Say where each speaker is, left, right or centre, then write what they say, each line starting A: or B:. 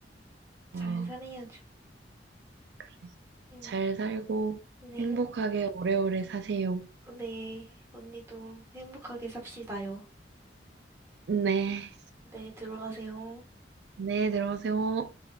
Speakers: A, on the right; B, on the right.
A: 잘
B: 어,
A: 살아야죠.
B: 그래.
A: 응.
B: 잘 살고
A: 네.
B: 행복하게 오래오래 사세요.
A: 네. 언니도 행복하게 삽시다요.
B: 네.
A: 네, 들어가세요.
B: 네, 들어가세요.